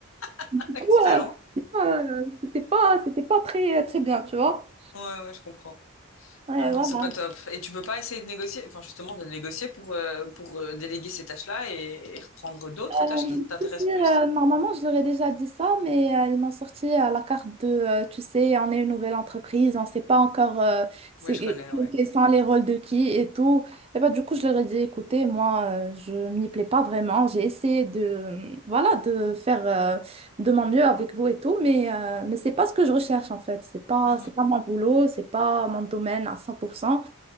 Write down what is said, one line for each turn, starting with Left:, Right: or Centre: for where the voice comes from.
Left: <laughs>
Right: Du
Left: Excellent.
Right: coup, euh, euh, c'était pas, c'était pas très, euh, très bien, tu vois.
Left: Ouais, ouais, je comprends.
Right: Ouais,
Left: Ah non,
Right: voilà.
Left: c'est pas top. Et tu peux pas essayer de négocier, enfin justement de négocier pour, euh, pour euh, déléguer ces tâches-là et, et reprendre d'autres
Right: Euh,
Left: tâches qui t'intéressent
Right: si, si,
Left: plus.
Right: euh, normalement, je leur ai déjà dit ça, mais euh, ils m'ont sorti à la carte de, euh, tu sais, on est une nouvelle entreprise, on ne sait pas encore euh, c'est,
Left: Oui, je connais, ouais.
Right: quels sont les rôles de qui et tout. Et ben, du coup, je leur ai dit, écoutez, moi, euh, je m'y plais pas vraiment. J'ai essayé de, voilà, de faire euh, de mon mieux avec vous et tout, mais, euh, mais c'est pas ce que je recherche, en fait. C'est pas,
Left: Mhm.
Right: c'est pas mon boulot, c'est pas mon domaine à 100%.